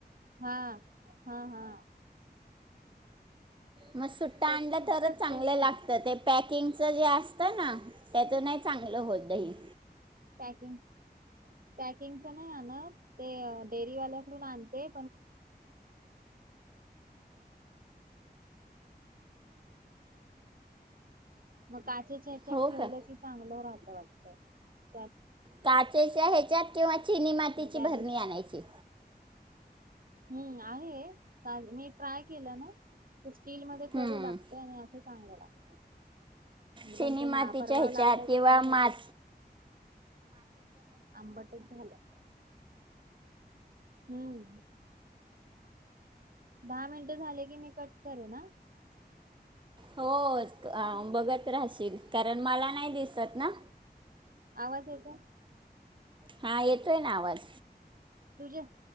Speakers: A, on the right; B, on the right.
A: हां हां हा
B: मग सुट्टा
A: त्यात
B: आणला
A: सुट्टच
B: तरच चांगलं
A: तेच ना
B: लागतं ते पॅकिंगच जे अस होता ना त्याच नाही चांगलं होत दही
A: प्याकिंग पॅकिंगच नाही आणत ते डेअरी वाल्याकडून आणते काचेच्यात
B: हो
A: ठेवलं
B: का
A: की चांगलं राहत वाट <unintelligible>
B: काचेच्या ह्याच्यात किंवा चिनी मातीची
A: मग त्या
B: बरणी
A: दिवशी
B: आणायची
A: हम्म आहे मी ट्राय केलं ना ते स्टील मध्ये
B: हम्म.
A: कडू लागत आणि असं चांगलं लागतं
B: चिनी
A: पण ते
B: मातीच्या
A: मा परवा
B: ह्याच्यात
A: लावलंय
B: किंवा
A: ते काय माहिती
B: माठ
A: आंबटच झालं हम्म दहा मिनट झाले की मी कट करे ना
B: हो बघत राहशील कारण मला नाही दिसत ना
A: आवाज य का
B: हा येत त ना आवाज
A: तुझे